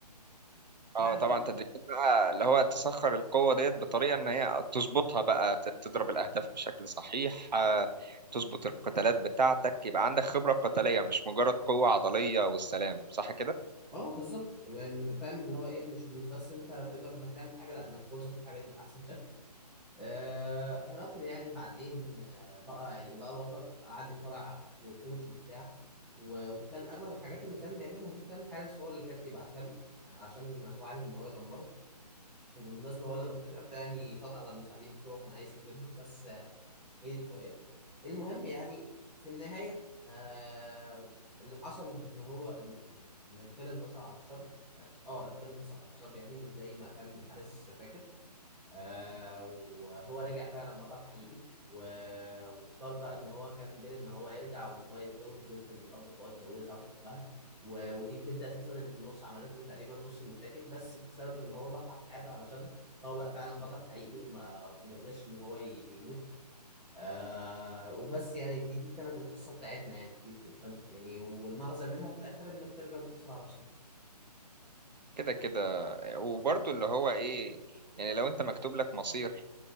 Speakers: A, in the centre; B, on the right.
A: بعدين
B: اه طبعا تدريبات بقى اللي هو تسخر القوة ديت بطريقة ان هي تظبطها بقى ت- تضرب الاهداف بشكل صحيح آه، تظبط القتالات بتاعتك يبقى عندك خبرة قتالية مش مجرد قوة عضلية والسلام صح كده
A: اه بالظبط يعني فاهم اللي هو ايه مش مش بس انت تقدر انك تعمل حاجه لا انك توظف الحاجه دي باحسن شكل آه، هرقل يعني بعدين آه، بقى يعني بقى بطل قعد يصارع في وحوش وبتاع و- وكان اغلب الحاجات اللي كان بيعملها دي كان حارس هو اللي كان بيبعتها له يعني عشان هو عايز ان هو يدمره وبالمناسبة هو لما اكتشف ده يعني شاط على المساعدين بتوعه كان عايز يقتلهم بس آه، هدي شوية المهم يعني في النهاية آه، اللي حصل ان هو ان ان إن الخير انتصر على الشر اه آه، الخير انتصر على الشر يعني مش زي ما كان حارس فاكر آه وهو رجع فعلا بطل حقيقي و- واختار بقى ان هو كان بين ان هو يرجع وان هو يتجوز بنت من الارض فهو اتجوزها وحبها و- ودي البنت اساسا اللي في النص عملت له تقريبا نص المشاكل بس بسبب ان هو ضحى بحياته علشانها هو بقى فعلا بطل حقيقي وما وما قدرش ان هو ي- يموت آه وبس يعني دي دي كانت القصة بتاعتنا يعني دي كانت يعني والمغزى منها في الاخر ان الخير بينتصر على الشر
B: كده كده وبرضو اللي هو ايه يعني لو انت مكتوب لك مصير